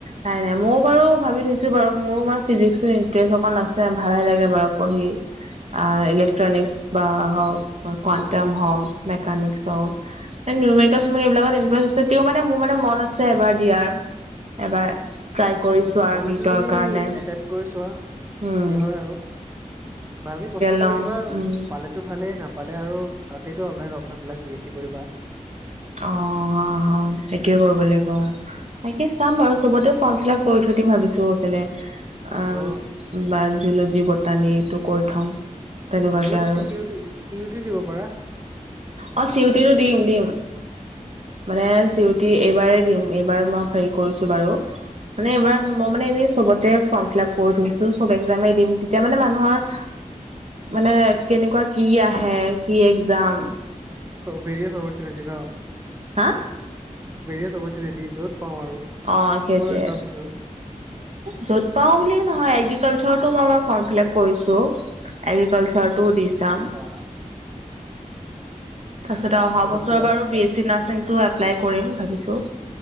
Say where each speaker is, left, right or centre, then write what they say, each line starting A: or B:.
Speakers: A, on the right; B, on the right.
A: নাই নাই মইয়ো বাৰু ভাবি থৈছো বাৰু মোৰো মানে ফিজিক্সত ইণ্টাৰেষ্ট অকণ আছে ভালে লাগে বাৰু পঢ়ি ইলেক্ট্ৰনিকচ্ বা হওক কোৱাণ্টাম হওক মেকানিকছ হওক। এ নিউমেৰিকল সুমেৰিকেল এইবিলকত ইণ্টাৰেষ্ট আছে, তেওঁ মানে মোৰ মান মন আছে এবাৰ দিয়াৰ। এবাৰ। ট্ৰাই কৰি
B: অ
A: চোৱাৰ
B: মন
A: নিটৰ
B: আছে যদি
A: কাৰণে
B: অট্টেমত কৰি চোৱা,
A: উম
B: যি হয় আৰু। ভালকে কষ্ট
A: ল'ম
B: কৰি দিবা
A: উম
B: পালেতো ভালেই, নাপ নাপালে আৰু আছেইতো অনলাইন অপশন বিলাক বি এছ চি কৰিবা।
A: অ অ অ সেইটোয়ে কৰিব লাগিব আৰু। তাকে চাম বাৰু চবতে ফৰ্ম ফিল আপ কৰি থৈ দিম ভাবিছো সফালে আ
B: অ
A: বা জুলজি বটানীটো কৰি থম। তেনেকুৱাকে
B: <inaudible> তুমি
A: আৰু
B: C U T C U T দিব পাৰা।
A: অ চি ইউ টি টো দিম দিম। মানে চি ইউ তি এইবাৰেই দিম এইবাৰ মই হেৰি কৰিছো বাৰু। মানে এইবাৰ মই মানে এনেই চবতে ফৰ্ম ফিল আপ কৰি থৈছো, চব একজামে দিম। তেতিয়া মানে মানুহৰ
B: <inaudible>
A: মানে কেনেকুৱা কি আহে কি একজাম
B: ভেৰিয়াছ অপৰচুনিটি ন?
A: হা
B: ভেৰিয়াছ অপৰচুনিটি য'ত পাওঁ আৰু।
A: অ সেইটোৱে।
B: চব এক্জাম দিছো
A: য'ত পাওঁ বুলিও নহয়, এগ্ৰিকালচাৰটো মই ফৰ্ম ফিল আপ কৰিছো। এগ্ৰিকালচাৰটো দি চাম। তাৰ
B: বা
A: পিছত অহা
B: মানে
A: বছৰ
B: পুৰা
A: বাৰু বি এছ চি নাৰছিংটো এপ্লাই কৰিম ভাবিছো।